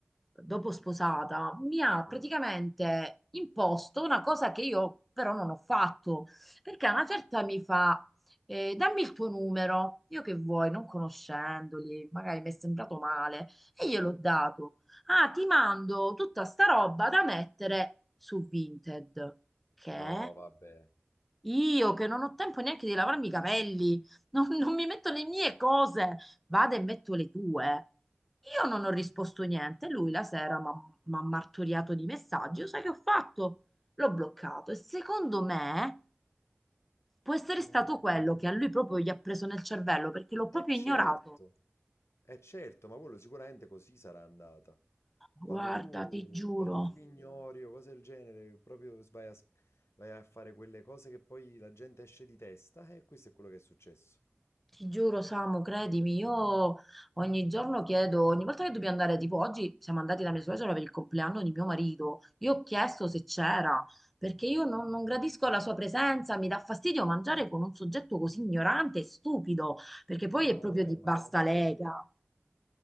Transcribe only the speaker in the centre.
dopo sposata, mi ha praticamente
imposto una cosa che io però non ho fatto. Perché a una certa mi fa, eh, dammi il tuo numero. Io che vuoi, non conoscendoli, magari mi è sembrato male. E gliel'ho dato. Ah, ti mando tutta sta roba da mettere su Vinted. Che
io che non ho tempo neanche di lavarmi i capelli, <laughs> non, non mi metto le mie cose, vado e metto le tue. Io non ho risposto niente. Lui la sera mi ha martoriato di messaggi. Io sai che ho fatto? L'ho bloccato. E secondo me può essere
stato quello che a lui proprio gli ha preso nel cervello perché l'ho
proprio
ignorato.
Guarda,
ti giuro.
Ti giuro, Samu, credimi, io ogni giorno chiedo, ogni volta che dobbiamo andare, tipo oggi siamo andati da mia suocera per il compleanno di mio marito, io ho chiesto se c'era, perché io non, non gradisco la sua presenza, mi dà fastidio mangiare con un soggetto così ignorante e stupido, perché poi
è proprio
di
bassa
lega.